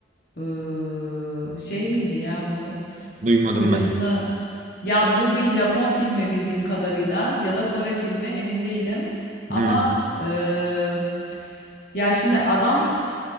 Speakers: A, on the left; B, on the right.
A: ıı, şey miydi ya bu?
B: duymadım
A: Kocasını
B: ben.
A: ya bu bir Japon filmi bildiğim kadarıyla ya da Kore filmi emin değilim. Ama
B: Hmm.
A: ıı, ya şimdi adam